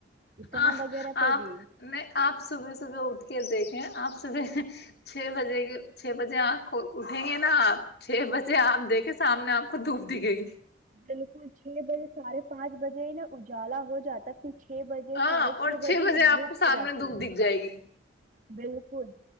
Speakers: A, on the right; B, on the left.
A: کام
B: آپ
A: وغیرہ پہ بھی
B: نہیں آپ صبح صبح اٹھ کے دیکھ آپ صبح چھ بجے چھ بجے آپ کو اٹھیں گے نا آپ چھ بجے آپ دیکھے سامنے آپ کو دھوپ دکھے گی
A: بالکل چھ بجے ساھے پانچ بجے ہی نا اجالا ہو جاتا پ چھ بجے
B: ہاں
A: ساڈھے
B: اور
A: چھ بجے نا
B: آپ
A: دھوپ
B: کو سامنے
A: آ جاتی
B: دھوپ
A: ہے
B: دکھ جائے گی
A: بالکل